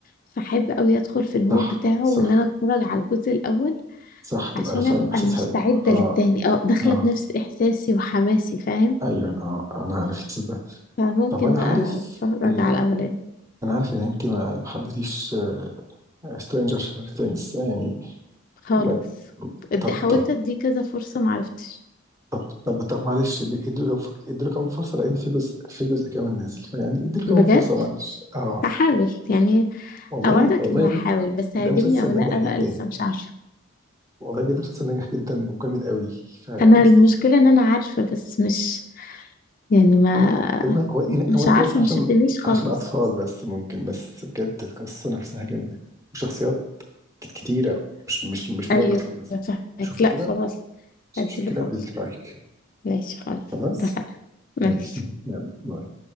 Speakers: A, on the left; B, on the right.
A: فحب قوي ادخل في المود
B: صح
A: بتاعه
B: صح
A: وان انا اتفرج على الجزء الاول
B: صح تبقى
A: عشان
B: فعلا
A: ابقى
B: احساس
A: مستعدة
B: حلو اه
A: للتاني اه داخلة
B: اه
A: بنفس احساسي وحماسي فاهم
B: ايوه اه آه، انا عارف الاحساس ده
A: فممكن
B: طب انا
A: بقى
B: عارف
A: اتفرج
B: ان
A: على الاولاني
B: انا عارف ان انت ما ما حبيتيش سترينجر ثينجز يعني
A: خالص
B: ما...
A: ادي
B: طب
A: حاولت
B: طب
A: اديه كذا فرصة معرفتش
B: طب طب طب معلش دي- ادوا كمان فك- ادوا له كمان فرصه لان في جزء في جزء كمان نازل فيعني ادوا له كمان
A: بجد
B: فرصه معلش اه
A: هحاول يعني
B: والله
A: اوعدك
B: والله
A: اني
B: يا بنتي
A: هحاول بس
B: ده
A: هيعجبني
B: مسلسل
A: او لا
B: ناجح جدا
A: بقى لسه مش عارفة
B: والله بجد مسلسل ناجح جدا وجامد قوي فيعني
A: انا
B: است-
A: المشكلة ان انا عارفة بس مش يعني ما
B: هو هو
A: مش
B: هو انت
A: عارفة
B: بس عشان
A: ما شدنيش خالص
B: عشان اطفال بس ممكن بس بجد القصه نفسها جامده وشخصيات كت- كتيره مش مش مش
A: ايوه
B: مجرد اطفال بس
A: فاهمك
B: شوفي
A: لا
B: كده
A: خلاص
B: شوفي
A: اديله
B: كده
A: فرصة
B: قولي لي رايك
A: ماشي خلاص
B: خلاص
A: اتفقنا ماشي
B: ماشي يلا باي